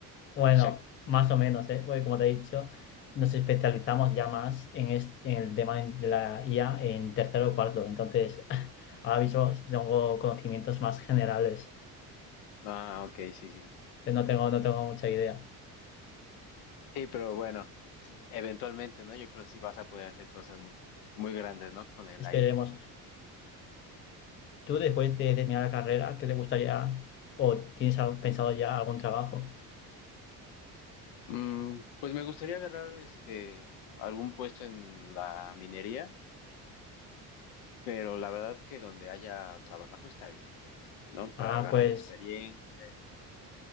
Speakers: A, on the left; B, on the left.
A: Bueno,
B: sea,
A: más o menos, ¿eh? Porque como te he dicho, nos especializamos ya más en, est- en el tema de la IA en tercero o cuarto. Entonces, <laughs> ahora mismo tengo conocimientos más generales.
B: ah, ok, sí, sí, sí.
A: No tengo, no tengo mucha idea.
B: Sí, pero bueno, sí, eventualmente, ¿no? Yo creo que sí vas a poder hacer cosas mu- muy, grandes, ¿no? Con el
A: Esperemos.
B: AI.
A: ¿Tú después de terminar la carrera, qué te gustaría o tienes al- pensado ya algún trabajo?
B: Mm, pues me gustaría agarrar este algún puesto en la minería, pero la verdad que donde haya trabajo está bien, ¿no?
A: Ah,
B: Para agarrar
A: pues
B: experiencia y todo.